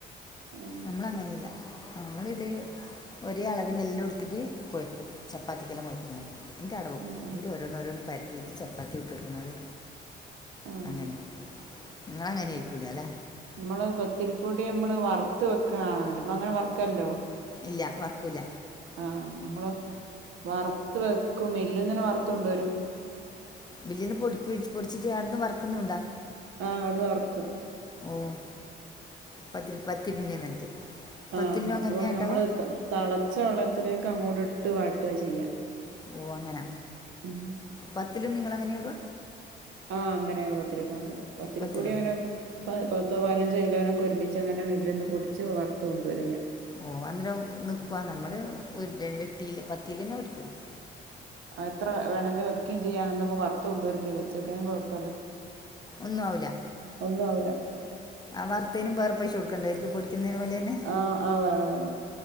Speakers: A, on the right; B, on the left.
A: ആഹ്
B: നമ്മളങ്ങനെയല്ല നമ്മളിത് ഒരേ അളവി്നെല്ലംട്ത്ത്ട്ട് കൊഴക്കും ചപ്പാത്തിക്കെല്ലാം കൊഴക്കുന്നോലെ എൻ്റെ അടവും
A: ആഹ്
B: എൻ്റെ ഓരോന്ന ഓരോന്ന് പര്ത്തീട്ട് ചപ്പാത്തി ഇട്ട്ട്‌ക്ക് ണോര്
A: ആഹ്
B: അങ്ങനെ ഞങ്ങളങ്ങനെ ഇരിക്കൂല ല്ലെ
A: മ്മള് പത്തിരിപ്പൊടി നമ്മള് വറുത്ത് വെക്കാണല്ലോ അങ്ങനെ വറക്കല്ണ്ടോ
B: ഇല്ല വർക്കൂല
A: ആഹ് നമ്മള് വറുത്ത് വെക്കും മില്ല് ന്നെന്നെ വറുത്ത് കൊണ്ട് വരും
B: ബില്ല്ന്ന് പൊടിപ്പിച്ച് പൊടിച്ചി്ട്ടവട്ന്ന് വറക്കുന്നുണ്ടാ
A: ആ അവ്‌ട്ന്ന് വറക്കും
B: ഓഹ് പത്തിരി പത്തിരിൻ്റെ നറ്റ്
A: ആഹ്
B: പത്തിൽ നൊങ്ങന്നെണ്ടാവ
A: അപ്പൊ നമ്മള് തളച്ച വെള്ളത്തിലേക്ക് അങ്ങോട്ട് ഇട്ട് വാട്ടാ ചെയ്യാ
B: ഓഹ് അങ്ങന
A: ഉം
B: പത്തിലും നിങ്ങളങ്ങനെ ഇട
A: ആഹ് അങ്ങനെ അങ് പത്തിരിയൊക്കാക്കല് പത്തിരിപ്പൊടി
B: പത്തിലോ
A: അങ്ങനെ ഇപ്പ പത്തോ പതിനഞ്ചോ കിലോനൊക്കെ ഒരുമിച്ച ങ്ങനെവീട്ടിൽന്ന് പൊടിച്ച് വറുത്ത് കൊണ്ട് വരാ ചെയ്യ
B: ഓഹ് അന്നേരം നിക്ക്വാ നമ്മള് ഒരു എട്ട് കിലോ പത്ത് ലേനെ <unintelligible>
A: എത്ര വേണങ്കി വെക്ക്യും ചെയ്യാന്നർ ഞ്ഞപ്പോ വർത്തു കൊണ്ട വരുണ്ട വെച്ചൊക്ക ഞാൻ കൊഴപ്പല്ല.
B: ഒന്നുആവൂല
A: ഒന്നുആവൂല
B: ആ വർത്തേനും വേറെ പൈശ കൊടുക്കണ്ടേ ത് പൊട്‌ക്കുന്നതിന് വേണ്ടി തന്നെ
A: ആഹ് ആഹ് വേണം വേണം